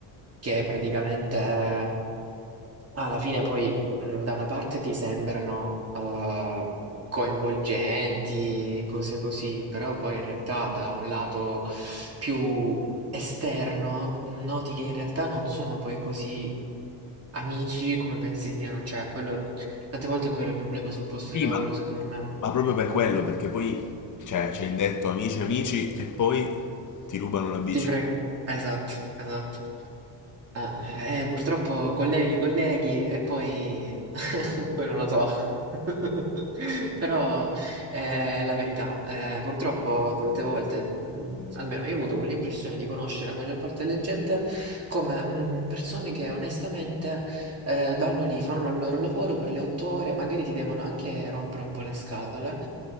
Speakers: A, on the right; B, on the left.
A: che praticamente eh, alla fine poi mm, da una parte ti sembrano eh, coinvolgenti, cose così, però poi in realtà da un lato. più esterno, noti che in realtà non sono poi così amici come pensi siano, cioè quello tante volte quello è il problema sul posto
B: Sì,
A: di lavoro,
B: ma,
A: secondo me.
B: ma proprio per quello, perché poi cioè, c'è il detto amici amici e poi ti rubano la bici.
A: Ti pre esatto, esatto. Eh, eh, purtroppo colleghi, colleghi e poi <laughs> poi non lo so. <laughs> Però, eh, è la verità, ehm, purtroppo tante volte, mhmm, almeno io ho avuto quell'impressione di conoscere la maggior parte delle gente come, mhmm, persone che onestamente, ehm, vanno lì, fanno la loro lavoro per le 8 ore, magari ti devono anche rompere un po' le scatole,